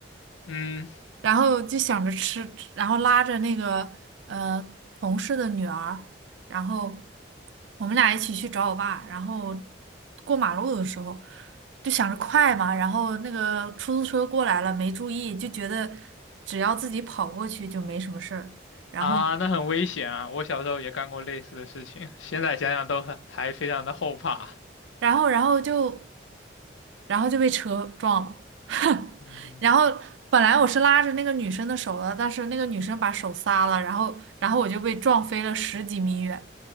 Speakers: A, on the left; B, on the right.
A: 嗯
B: 然后就想着吃，然后拉着那个呃同事的女儿，然后我们俩一起去找我爸，然后过马路的时候就想着快嘛，然后那个出租车过来了，没注意，就觉得只要自己跑过去就没什么事儿，然后
A: 啊，那很危险啊！我小时候也干过类似的事情，现在想想都很还非常的后怕。
B: 然后然后就。然后就被车撞了。<laughs>
A: 嗯，
B: 然后本来我是拉着那个女生的手的，但是那个女生把手撒了，然后然后我就被撞飞了十几米远。